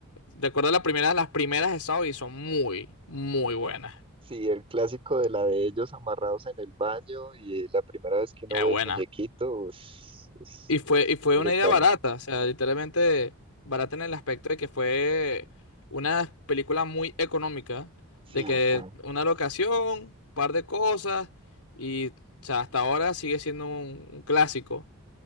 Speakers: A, on the left (about 75°); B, on the right (about 25°).
A: de acuerdo a la primera, las primeras de Saudi son muy, muy buenas.
B: Sí, el clásico de la de ellos amarrados en el baño y la primera vez que uno
A: Qué
B: ve
A: buena.
B: el muñequito es, es
A: Y fue, y fue
B: brutal.
A: una idea barata, o sea, literalmente barata en el aspecto de que fue una película muy económica,
B: Sí,
A: de que
B: ten-
A: una locación, un par de cosas, y o sea, hasta ahora sigue siendo un, un clásico.